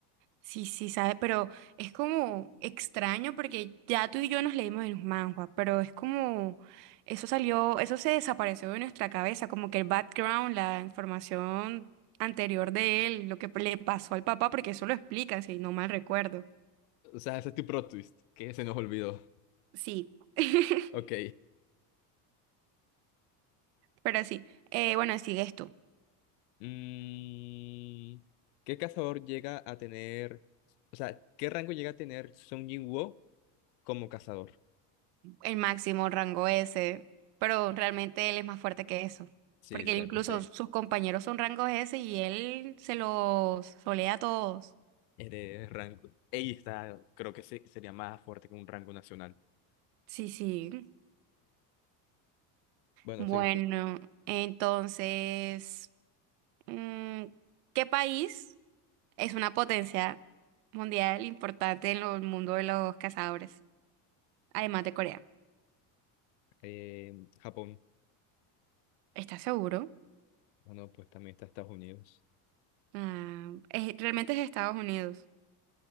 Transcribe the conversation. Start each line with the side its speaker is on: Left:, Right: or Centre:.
Right: Sí, sí, sabe, pero es como extraño porque ya tú y yo nos leímos en los manhwa, pero es como eso salió, eso se desapareció de nuestra cabeza, como que el background, la información anterior de él, lo que le pasó al papá, porque eso lo explican, si no mal recuerdo.
Left: O sea, ese es tu plot twist, que se nos olvidó.
Right: Sí, <laughs>
Left: Ok.
Right: pero sí, eh, bueno, sigues tú,
Left: Mm, ¿qué cazador llega a tener, o sea, qué rango llega a tener Sung jin como cazador?
Right: el máximo rango S, pero realmente él es más fuerte que eso,
Left: Sí,
Right: porque
Left: literalmente,
Right: él incluso sus compañeros son rangos S y él se los solea a todos.
Left: eres rango. Ella está, creo que se- sería más fuerte que un rango nacional.
Right: Sí, sí.
Left: Bueno,
Right: Bueno,
Left: sí que
Right: entonces, mm, ¿qué país es una potencia mundial importante en lo- el mundo de los cazadores? Además de Corea.
Left: eh, Japón.
Right: ¿Estás seguro?
Left: Ah, no, pues también está Estados Unidos.
Right: Ah, es- realmente es Estados Unidos.